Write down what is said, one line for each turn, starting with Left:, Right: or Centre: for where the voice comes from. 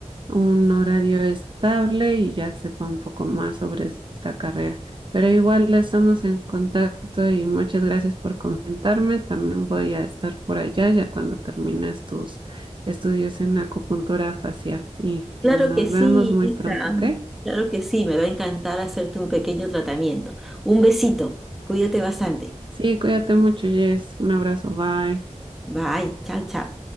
Right: un horario estable y ya sepa un poco más sobre esta carrera. Pero igual estamos en contacto y muchas gracias por comentarme. También voy a estar por allá ya cuando termines tus estudios en acupuntura facial. Y, y
Centre: Claro
Right: nos
Centre: que sí,
Right: vemos muy
Centre: Isa.
Right: pronto, ¿ok?
Centre: Claro que sí, me va a encantar hacerte un pequeño tratamiento. Un besito. Cuídate bastante.
Right: Sí, cuídate mucho, Jess. Un abrazo, bye.
Centre: Bye. Chao, chao.